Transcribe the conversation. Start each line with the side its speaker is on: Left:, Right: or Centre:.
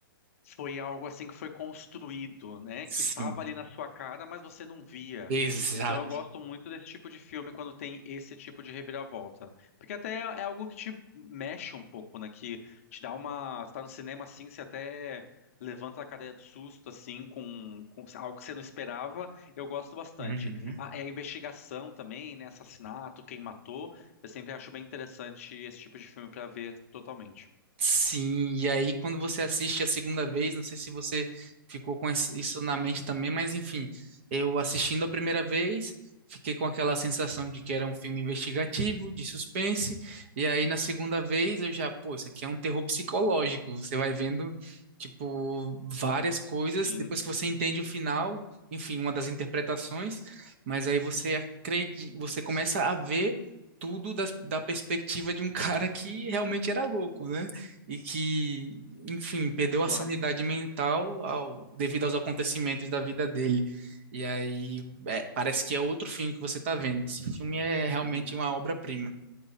Left: foi algo assim que foi construído, né?
Right: Sim.
Left: Que tava ali na sua cara, mas você não via.
Right: Exato.
Left: Então eu gosto muito desse tipo de filme quando tem esse tipo de reviravolta. Porque até é algo que te mexe um pouco, né? Que te dá uma. Você tá no cinema assim, você até levanta a cadeira de susto, assim, com, com algo que você não esperava. Eu gosto bastante.
Right: Uhum.
Left: A, é a investigação também, né? Assassinato, quem matou. Eu sempre acho bem interessante esse tipo de filme para ver totalmente.
Right: Sim, e aí quando você assiste a segunda vez, não sei se você ficou com es- isso na mente também, mas enfim, eu assistindo a primeira vez, fiquei com aquela sensação de que era um filme investigativo, de suspense, e aí na segunda vez eu já, pô, isso aqui é um terror psicológico, você vai vendo, tipo, várias coisas,
Left: Sim,
Right: depois que você entende o final, enfim, uma das interpretações, mas aí você acredita, você começa a ver tudo das- da perspectiva de um <laughs> cara que realmente era louco, né? e que, enfim, perdeu a
Left: claro.
Right: sanidade mental ao- devido aos acontecimentos da vida dele. E aí, é, parece que é outro filme que você está vendo. Esse filme é realmente
Left: Uhum.
Right: uma obra-prima.